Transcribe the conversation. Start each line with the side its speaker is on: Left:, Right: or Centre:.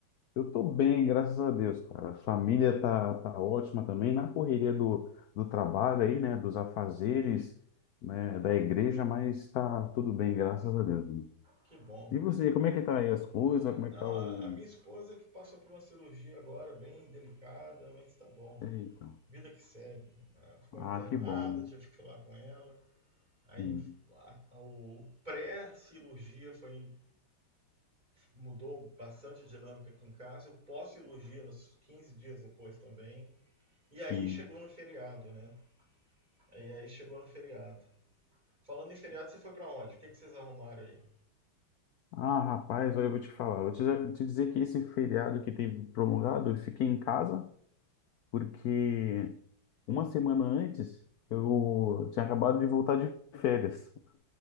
Left: eu tô bem, graças a Deus, cara. A família tá, tá ótima também, na correria do, do trabalho aí, né? Dos afazeres, né? Da igreja, mas tá tudo bem, graças a Deus. mano.
Right: que bom.
Left: E você, como é que tá aí as coisas?
Right: Ah,
Left: Como
Right: não,
Left: é que tá o...
Right: a, a minha esposa que passou por uma cirurgia agora, bem delicada, mas tá bom.
Left: Eita.
Right: Vida que segue. Ela ficou
Left: Ah,
Right: internada,
Left: que bom.
Right: tive que falar com ela. Aí
Left: Hum,
Right: a, a- o pré-cirurgia foi mudou bastante a dinâmica aqui em casa. Eu pós-cirurgia, nos 15 dias depois também. E
Left: Sim.
Right: aí chegou no feriado, né? E aí chegou no feriado. Falando em feriado, você foi para onde? O que, que vocês arrumaram aí?
Left: Ah, rapaz, olha, eu vou te falar. Eu vou te, te dizer que esse feriado que teve prolongado, eu fiquei em casa, porque uma semana antes eu tinha acabado de voltar de férias,